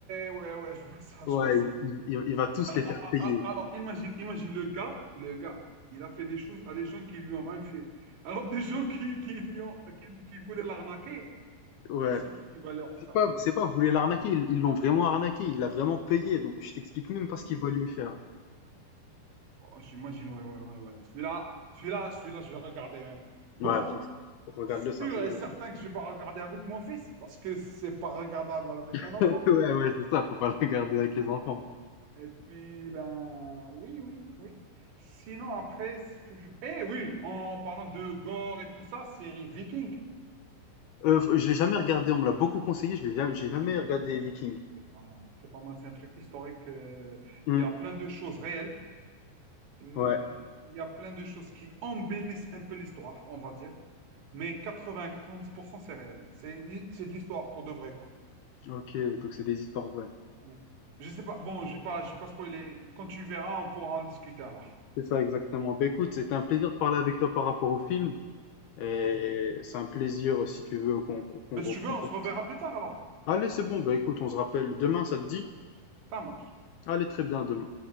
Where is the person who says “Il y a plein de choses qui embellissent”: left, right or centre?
Right